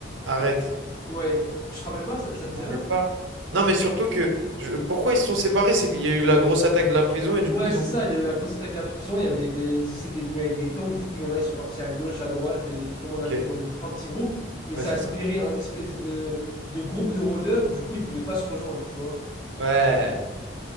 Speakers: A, on the right (about 80°); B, on the left (about 20°).
A: Arrête.
B: Ouais, tu te rappelles pas, ça, ça
A: Je
B: te
A: me
B: dirait
A: rappelle pas. Non, mais surtout que je- pourquoi ils se sont séparés? C'est qu'il y a eu la grosse attaque de la prison et du
B: Ouais,
A: coup ils
B: c'est
A: ont.
B: ça, il y a eu la grosse attaque de la prison, il y avait des... ils étaient venus avec des tanks, du coup, il y en a, ils sont partis à gauche, à droite, et tout le
A: Ok.
B: monde a fini
A: Ouais,
B: en plein petit groupe, et ça
A: c'est
B: a libéré
A: ça.
B: un espèce de, de groupe de rôdeurs, du coup, ils pouvaient pas se rejoindre, tu vois.
A: Ouais.